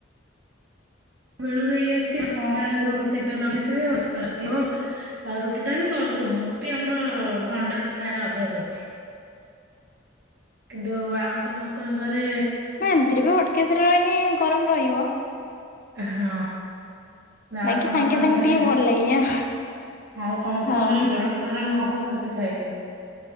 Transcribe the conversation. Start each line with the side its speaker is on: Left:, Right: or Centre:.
Right: ବେଳୁ ହେଇ ଆସଚି ସନ୍ଧ୍ୟାବେଳୁ ସବୁ ରୋଷେଇ କରି ରଖିଥିବେ ବର୍ଷା ରାତି ହବ। ଆଉ ରୁଟି ଟା ବି କରିଦଉ ରୁଟି ଆମର ଥଣ୍ଡା ରୁଟି ଖାଇବାର ଅଭ୍ୟାସ ଅଛି। କିନ୍ତୁ ଆଉ ସମସ୍ତଙ୍କ ଘରେ
Left: ଆ ଏମିତି ରେ ହଟ କେଶରେ ରହିନେ ଗରମ ରହିବ।
Right: ହଁ ଆଉ
Left: ବାକି
Right: ସମସ୍ତଙ୍କ
Left: ସାଙ୍ଗେ ସାଙ୍ଗେ
Right: ଘରେ
Left: ଟିକେ
Right: ଆଉ
Left: ଭଲ ଲାଗେ
Right: ସମସ୍ତଙ୍କ
Left: ହଁ
Right: ଘରେ ଗରମ ଗରମ ହବ ସମସ୍ତେ ଖାଇବେ।